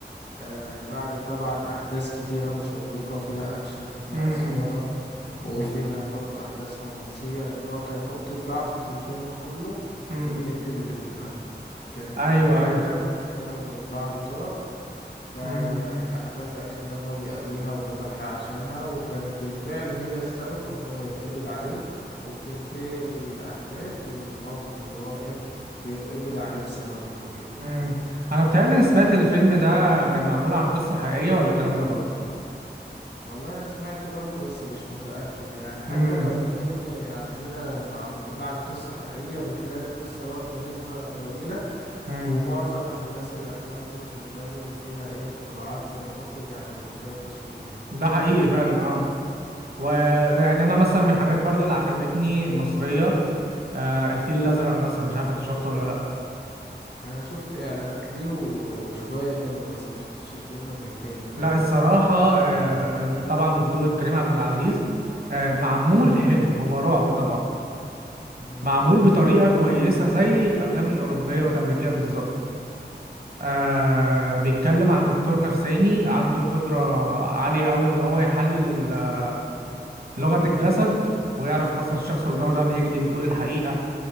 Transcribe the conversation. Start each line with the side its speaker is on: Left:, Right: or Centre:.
Left: آه بعد طبعا أحداث كتيرة مشوقة فيها أكشن وفيها
Right: امم
Left: إثارة وفيها برضو أحداث رومانسية لأن هو كان نقطة ضعفه في الفيلم كله
Right: امم
Left: البنت اللي بيحبها كانت
Right: ايوه
Left: من عيلة
Right: ايوه
Left: بينهم وبين بعض طار فأحداث
Right: امم
Left: أكشن بقى إن هو بيقابلها وبيضحي عشانها وكانت بالفعل هي السبب إن هو يتقبض عليه وبتنتهي الأحداث بالموقف اللي هو إيه بيتقبض عليه بسببها وبيقتل
Right: امم
Left: أخوها
Right: انا بتهيألي اني
Left: ف...
Right: سمعت الفيلم ده كان معمول عن قصه حقيقيه ولا الكلام ده غلط
Left: والله أنا سمعت برضه بس مش متأكد يعني حتى
Right: امم
Left: لو في فيلم عندنا معمول عن قصة حقيقية بتلاقي القصة واخدة نسبة قليلة
Right: امم
Left: ومعظم احداث الافلام بتكون لازم فيها ايه اختراعات من المخرج عشان يبقى فيها تشويق يعني
Right: ده حقيقي فعلا اه ويعني انا مثلا من الحاجات برضو اللي عجبتني المصريه آه الفيل الازرق مثلا مش عارف انت شفته ولا لا
Left: انا شفت اعلانات ليه و- وشوية منه بس ما شفتش الفيلم بالكامل
Right: لا
Left: ممكن
Right: الصراحه
Left: برضه تحكي
Right: آه
Left: لي عنه
Right: دي طبعا بطوله كريم عبد العزيز آه معمول حلو هو رعب طبعا
Left: مم.
Right: معمول بطريقه كويسه زي الافلام الاوروبيه والامريكيه بالظبط آه بيتكلم عن دكتور نفساني عنده قدره عاليه قوي ان هو يحلل ال- آه، لغه الجسد ويعرف مثلا الشخص اللي قدامه ده بيكذب بيقول الحقيقه